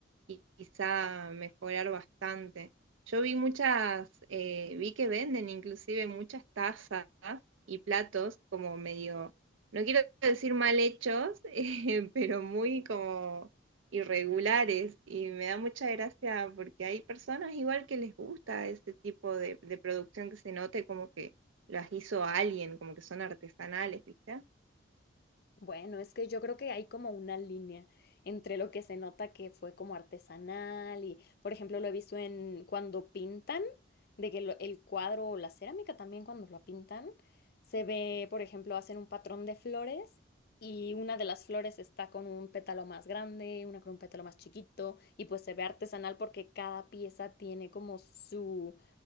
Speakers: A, on the right (about 80°); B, on the left (about 50°).
A: y quizá mejorar bastante. Yo vi muchas, eh, vi que venden inclusive muchas tazas y platos como medio no quiero decir mal hechos, <laughs> eh, pero muy como irregulares y me da mucha gracia porque hay personas igual que les gusta ese tipo de, de producción que se note como que las hizo alguien, como que son artesanales, ¿viste?
B: Bueno, es que yo creo que hay como una línea entre lo que se nota que fue como artesanal y, por ejemplo, lo he visto en cuando pintan, de que lo- el cuadro o la cerámica también cuando la pintan, se ve, por ejemplo, hacen un patrón de flores y una de las flores está con un pétalo más grande, una con un pétalo más chiquito y pues se ve artesanal porque cada pieza tiene como su,